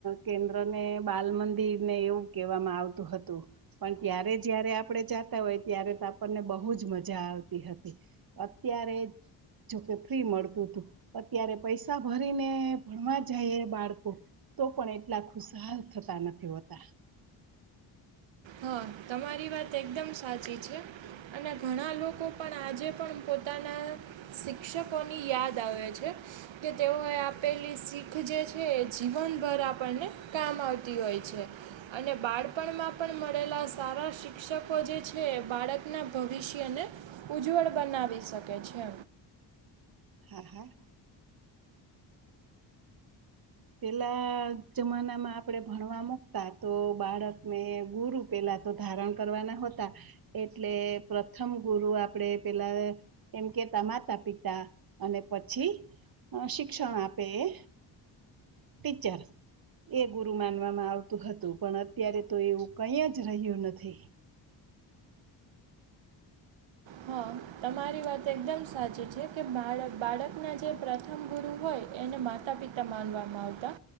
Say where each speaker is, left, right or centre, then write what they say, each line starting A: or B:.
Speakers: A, on the right (about 45°); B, on the right (about 70°).
A: કેન્દ્રને બાલ મંદિર ને એવું કહેવામાં આવતું હતું પણ ત્યારે જય્યારે આપણે જાતા હોય ત્યારે તો આપણને બહુ જ મજા આવતી હતી અત્યારે જ જોકે ફ્રી મળતું હતું અત્યારે પૈસા ભરીને ભણવા જાય એ બાળકો તો પણ એટલા ખુશાલ થતા નથી હોતા
B: હા તમારી વાત એકદમ સાચી છે અને ઘણા લોકો પણ આજે પણ પોતાના શિક્ષકોની યાદ આવે છે કે તેઓએ આપેલી શીખ જે છે એ જીવનભર આપણને કામ આવતી હોય છે અને બાળપણમાં પણ મળેલા સારા શિક્ષકો જે છે બાળકના ભવિષ્યને ઉજ્જવળ બનાવી શકે છે
A: હા હા પેલા જમાના માં આપણેે ભણવા મુકતા તો બાળકને ગુરુ પેલા તો ધારણ કરવાના હતા. એટલે પ્રથમ ગુરુ આપડે પેલા એમ કે, તા માતા પિતા અને પછી શિક્ષણ આપે એ ટીચર એ ગુરુ માનવામાં આવતું હતું. પણ અત્યારે તો એવું કંઈ જ રહ્યું નથી.
B: હા તમારી વાત એકદમ સાચી છે કે બાળક બાળકના જે પ્રથમ ગુરુ હોય એને માતા પિતા માનવામાં આવતા.